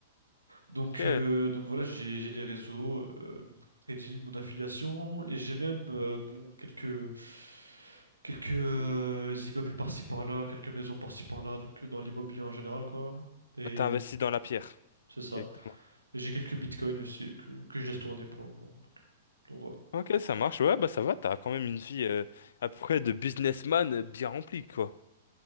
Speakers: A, on the right; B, on the left.
A: Donc,
B: Ok,
A: euh, donc voilà, j'ai j'ai les réseaux, euh, mon trading, mon affiliation et j'ai même euh, bon quelques quelques euh, immeubles par-ci par-là, quelques maisons par-ci par-là. Donc euh, dans l'immobilier en général, quoi. Et
B: t'as investi dans la pierre
A: c'est ça.
B: directement.
A: j'ai quelques bitcoins aussi que, que je laisse tourner pour le moment. Donc, donc voilà.
B: Ok, ça marche. Ouais, bah ça va, t'as quand même une vie euh, à peu près de businessman euh, bien remplie, quoi.